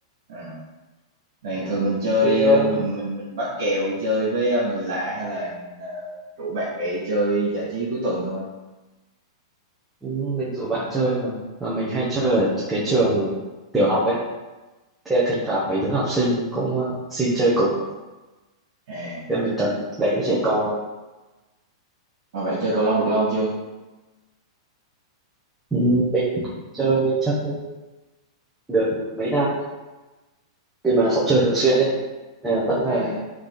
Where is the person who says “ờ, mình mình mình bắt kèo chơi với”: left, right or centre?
Right